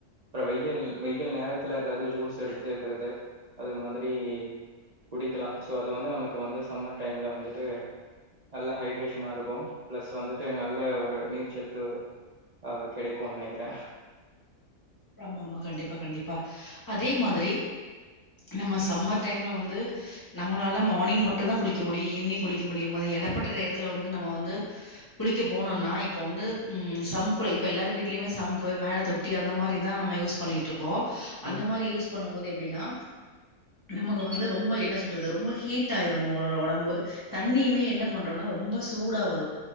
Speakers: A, on the right; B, on the left.
A: அப்பறோ வெயல் வெயல் நேரத்துல எதாவது ஜூஸ் எடுத்து குறது அது மாதிரி குடிக்கலா சொ அது வந்து நமக்கு வந்து சம்மர் டைம்ல வந்துட்டு நல்ல ஹைட்ரேஷனா இருக்கு பிளஸ் வந்துட்டு நல்ல ஒரு நீர் சத்து ஆ கெடைக்குன் நெனைக்கற
B: ஆமா ஆமா கண்டிப்பா கண்டிப்பா அதே மாதிரி நம்ம சம்மர் டைம்ல வந்து நம்மளால மார்னிங் மட்டு தா குளிக்க முடியு ஈவினிங் குளிக்க முடியும் எடப்பட்ட நேரத்துல வந்து நம்ம வந்து குளிக்க போனொன்னா இப்ப வந்து ம் சம்பு இப்ப எல்லாரு வீட்டுலயுமே சம்பு மேல தொட்டி அந்த மாரி தா நம்ம யூஸ் பண்ணிக்கிட்டு இருக்கோ
A: ம்
B: அந்த மாரி யூஸ் பண்ணும் போது எப்டின்னா நமக்கு வந்து ரொம்ப என்ன சொல்றது ரொம்ப ஹீட் ஆயிரு நம்மளோட ஒடம்பு தண்ணியுமே என்ன பண்றோனா ரொம்ப சூடாவ